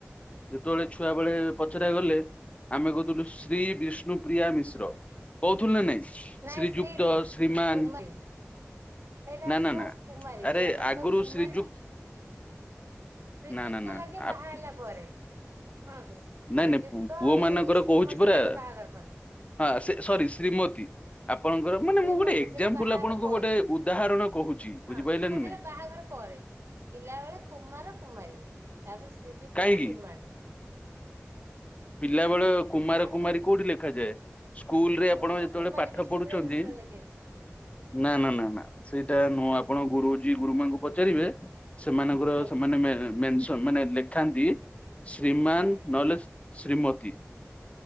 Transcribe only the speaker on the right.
ନାଇ
ଶ୍ରୀ ନୁହଁ
କୁମାରୀ ସେଇଟା
ଆମର
କୁମାରୀ
ଝିଅ ମାନଙ୍କ
କୁମାରୀ
ଶ୍ରୀଯୁକ୍ତ
ଲାଗେ
ବାହାହେଲା ପରେ ଶୁଣନ୍ତୁ ଶ୍ରୀଯୁକ୍ତ
ଆଉ
ଶ୍ରୀମତୀ
ଲାଗେ ବାହାଘର ପରେ
ଶ୍ରୀମତୀ
ସେଇଟା ବାହାଘର
ପରେ
ହଁ
ସେଇଟା
ବାହାଘର ପରେ। ପିଲାବେଳେ କୁମାର, କୁମାରୀ ତାପରେ ଶ୍ରୀଯୁକ୍ତ,
ଶ୍ରୀମାନ
ଆମେ
ତ
ମୁଁ ତ
କୁମାରୀ
ବିଷ୍ଣୁପ୍ରିୟା
ମିଶ୍ର ଲେଖେ।
ଆଜ୍ଞା
ହଁ